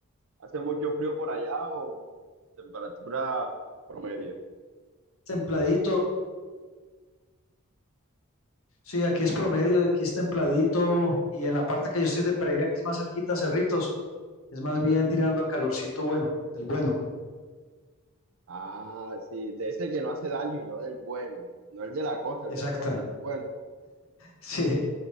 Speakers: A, on the right; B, on the left.
A: hace mucho frío por allá o temperatura promedio?
B: Templadito, sí, aquí
A: Tranquilo.
B: es promedio, aquí es templadito. Y en la parte que yo estoy de Pereira, que es más cerquita a Cerritos, es más bien tirando a calorcito bueno, del bueno.
A: Ah, sí, de ese que no hace daño y no del bueno, no el de la costa, el
B: Exacta.
A: de la costa
B: <laughs>
A: no es bueno.
B: Sí,